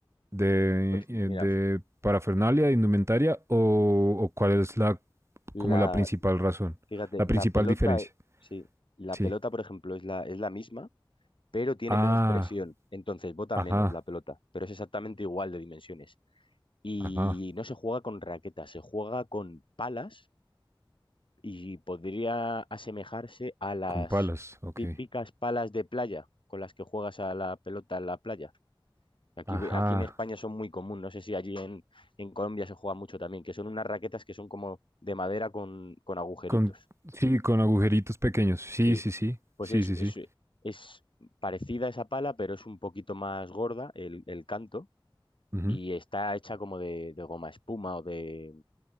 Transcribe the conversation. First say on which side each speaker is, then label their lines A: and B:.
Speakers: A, on the right; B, on the left.
A: de,
B: Pues mira,
A: eh, de parafernalia, de indumentaria? ¿O, o cuál es la,
B: la,
A: como la principal razón?
B: fíjate,
A: La
B: la
A: principal
B: pelota,
A: diferencia,
B: sí, la
A: sí.
B: pelota, por ejemplo, es la, es la misma, pero tiene
A: Ah,
B: menos presión. Entonces bota
A: ajá,
B: menos la pelota, pero es exactamente igual de dimensiones. Y
A: ajá,
B: no se juega con raquetas, se juega con palas y podría asemejarse a las
A: con palas, ok.
B: típicas palas de playa con las que juegas a la pelota en la playa. Aquí,
A: Ajá,
B: aquí en España son muy común, no sé si allí en, en Colombia se juega mucho también, que son unas raquetas que son como de madera con, con agujeritos.
A: con, sí, con agujeritos pequeños. Sí,
B: Sí,
A: sí, sí,
B: pues
A: sí,
B: es,
A: sí, sí.
B: es, es parecida a esa pala, pero es un poquito más gorda el, el canto
A: ujú,
B: y está hecha como de, de goma espuma o de,